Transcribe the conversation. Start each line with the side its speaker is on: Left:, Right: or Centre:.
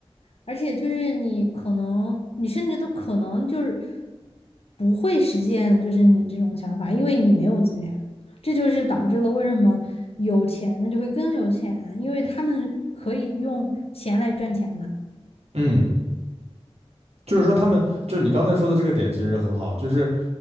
Left: 而且就是你可能你甚至都可能就是不会实现就是你这种想法，因为你没有资源，这就是导致了为什么有钱的就会更有钱，因为他们可以用钱来赚钱嘛。
Right: 嗯，就是说他们，就你刚才说的这个点其实很好，就是